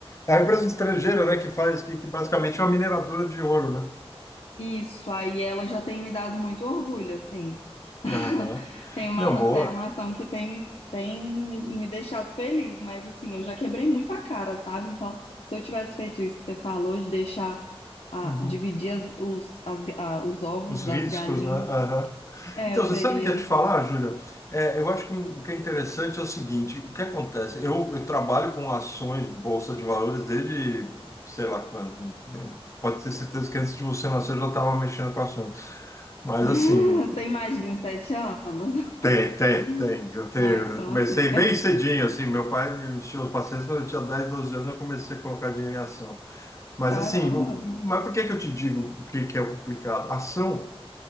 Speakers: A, on the left; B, on the left.
A: É uma empresa estrangeira, né, que faz, que, que basicamente é uma mineradora de ouro, né?
B: Isso, aí ela já tem me dado muito orgulho, assim. <laughs>
A: Aham.
B: Tem uma,
A: Não, boa.
B: assim, é uma ação que tem, tem me, me deixado feliz, mas assim, eu já quebrei muita cara, sabe? Então, se eu tivesse feito isso que você falou, de deixar, ah,
A: Uhum.
B: dividir as- os, as- ah, os ovos
A: Os
B: das
A: riscos,
B: galinhas,
A: né? Aham.
B: é,
A: Então,
B: eu
A: você
B: teria.
A: sabe o que eu ia te falar, Júlia? É, eu acho que um, o que é interessante é o seguinte: o que acontece? Eu, eu trabalho com ações, bolsa de valores, desde sei lá quando. Meu, Pode ter certeza que antes de você nascer eu já estava mexendo com ações. Mas,
B: <laughs>
A: assim, o-
B: Tem mais de 27 anos.
A: Tem, tem,
B: <laughs>
A: tem. Eu, te- eu
B: Ah, então
A: comecei
B: assim,
A: bem cedinho, assim. Meu pai me encheu os pacientes quando eu tinha 10 12 anos, eu comecei a colocar dinheiro em ação. Mas
B: <laughs> caramba.
A: assim, o- mas por que que eu te digo o que que é complicado? Ação,